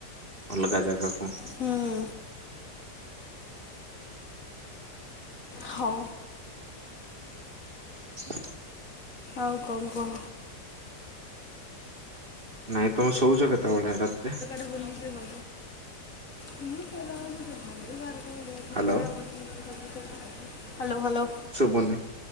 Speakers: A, on the right; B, on the left.
A: ଅଲଗା ଜାଗାକୁ।
B: ହୁଁ ହଁ
A: ହ <unintelligible>
B: ଆଉ କଣ କୁହ?
A: ନାଇଁ ତମେ ଶୋଉଚ କେତେବେଳେ ରାତିରେ?
B: ରାତି ଦଶଟା। ସେ ମଳ ବି ବାରେଟା ଏଇ
A: ହ୍ୟାଲୋ
B: ପଢା ପଢି। Hello hello.
A: ଶୁଭୁନି